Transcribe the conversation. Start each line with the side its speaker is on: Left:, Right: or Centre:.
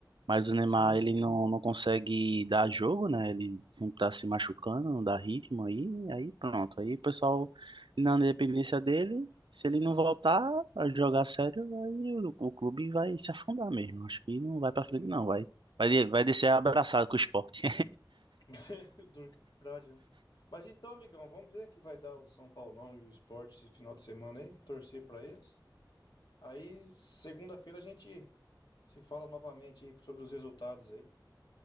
Right: Mas o Neymar,
Left: Sim,
Right: ele não, não consegue dar jogo, né? Ele sempre tá se machucando, não dá ritmo aí, aí pronto. Aí o pessoal, na dependência dele, se ele não voltar a jogar sério, aí o, o clube vai se afundar mesmo. Acho que não vai pra frente,
Left: sim.
Right: não. Vai, vai, de- vai descer abraçado com o esporte.
Left: <laughs> Duro que é verdade. viu? Mas então, amigão, vamos ver que vai dar o São Paulão e o Sport esse final de semana aí. Torcer pra eles. Aí, segunda-feira a gente se fala novamente aí sobre os resultados aí.